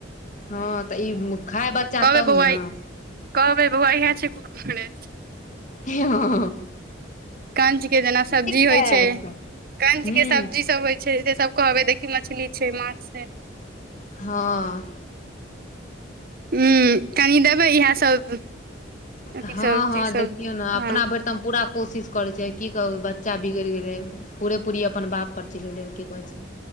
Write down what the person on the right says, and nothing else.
कहबै
बौआ
कहबै बौआ, इहा छै कुरकुरे,
कंच के जेना सब्जी
होइ छै, कंच
के सब्जी सब होइ छै, से सब कहबै, देखी मछली छै, माछ छै,
हूँ, कहि देबै इएह सब, अथी
सब चीज सब
हँ